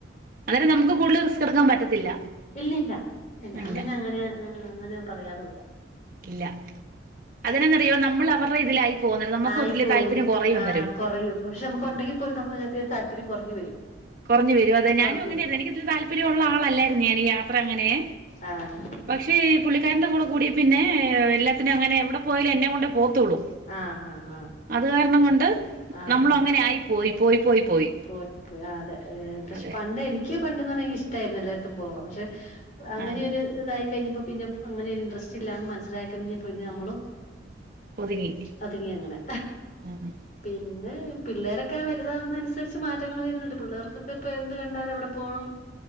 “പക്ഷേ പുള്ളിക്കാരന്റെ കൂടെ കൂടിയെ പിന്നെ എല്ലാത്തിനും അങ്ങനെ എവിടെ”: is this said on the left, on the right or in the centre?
Right